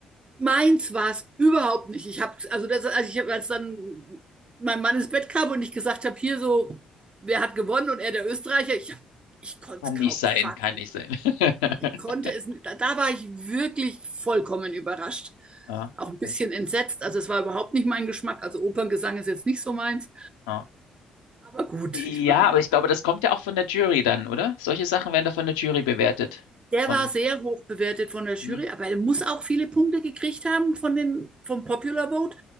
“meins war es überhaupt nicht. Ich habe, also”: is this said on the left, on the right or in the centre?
Right